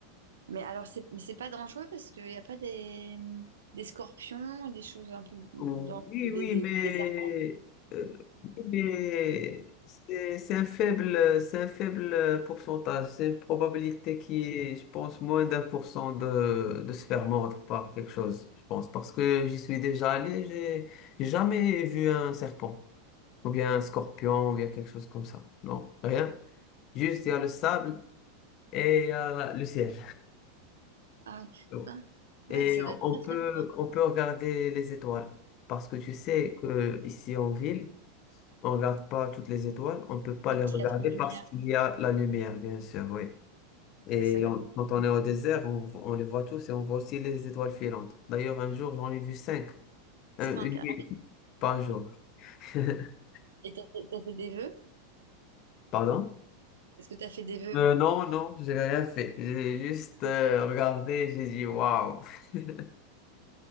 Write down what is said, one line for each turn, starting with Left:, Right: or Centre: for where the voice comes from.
Right: Mais alors, c'est, mais c'est pas dangereux parce qu'il n'y a pas des, des scorpions, des choses un peu dangereuses,
Left: Oh, Oui,
Right: des,
Left: oui,
Right: des,
Left: mais,
Right: des serpents.
Left: euh, oui, mais c'est c'est un faible, c'est un faible pourcentage. C'est une probabilité qui est, je pense, moins d'un pour cent de, de se faire mordre par quelque chose, je pense. Parce que j'y suis déjà allé, j'ai j'ai jamais vu un serpent, ou bien un scorpion, ou bien quelque chose comme ça. Non, rien. Juste, il y a le sable et il y a la- le ciel.
Right: Ah ouais.
Left: Bon.
Right: Ah.
Left: Et
Right: Ouais, mais ça doit être
Left: on
Right: très
Left: peut,
Right: très beau. Hein.
Left: on peut regarder les étoiles. Parce que tu sais que ici en ville, On regarde pas toutes les étoiles, on peut pas
Right: Parce
Left: les regarder
Right: qu'il y a trop de
Left: Mhm.
Right: lumière.
Left: parce qu'il y a la lumière, bien sûr, oui. Et
Right: C'est ça, il y
Left: on-
Right: a
Left: quand on est au désert, on, on les voit tous et on voit aussi les étoiles filantes. D'ailleurs, un jour, j'en ai vu cinq.
Right: cinq.
Left: Euh, une nuit,
Right: Ah oui.
Left: pas un jour. <laughs>
Right: Et t'as fait, t'as fait des vœux?
Left: Pardon?
Right: Est-ce que t'as fait des vœux?
Left: Euh, non, non, j'ai rien fait. J'ai juste euh, regardé, j'ai dit waouh. <laughs>